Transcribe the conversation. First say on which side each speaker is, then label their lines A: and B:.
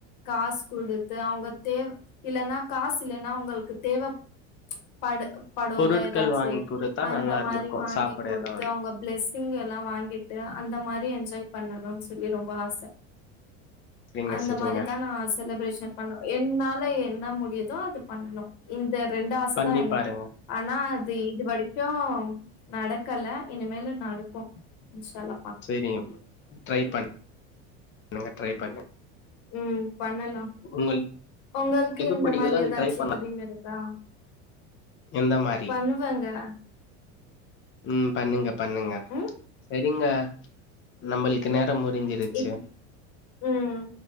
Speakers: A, on the left; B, on the left.
A: காஸ் குடுத் து அவுங்க தேவ் இல்லன்னா காசு இல்லனா அவுங்களுக்கு தேவப்படு படுல
B: பொருட்கள்
A: எதாச்சு
B: வாங்கி குடுத்தா
A: அந்தமாரி
B: நல்லா இருந்திருக்கு
A: வாங்கி
B: சாப்பட
A: குடுத்து
B: ஏதாவது
A: அவுங்க பிளஸ்ஸிங் எல்லா வாங்கிட்டு அந்தமாரி என்ஜாய் பண்ணணுன் சொல்லி ரொம்ப ஆச
B: செரிங்க
A: அந்த
B: செரிங்க
A: மாரிதான் நா செலப்ரேஷன் பண்ணு என்னால என்ன முடியுதோ அது பண்ணணு இந்த ரெண்டு ஆசதா
B: பண்ணி
A: எனக்கு
B: பாருங்க
A: ஆனா அது இது வரிக்கு நடக்கல இனிமேலு நடக்கும் இன்ஷால்லா
B: சேரிங்க ட்ரை பண்ணுங்க ட்ரை பண்ணு
A: ம் பண்ணலா
B: உங்களுக்கு
A: உங்களுக்கு
B: எது
A: இந்தமாரி
B: பிடிக்குதோ அது
A: எதாச்சு
B: ட்ரை பண்ண
A: ட்ரீம் இருக் கா
B: எந்த மாரி
A: பண்ணுவேங்க
B: ம் பண்ணுங்க பண்ணுங்க
A: ம்
B: சேரிங்க நம்முள்க்கு நேரோ முடிஞ்சிருச்சு
A: இப் ம்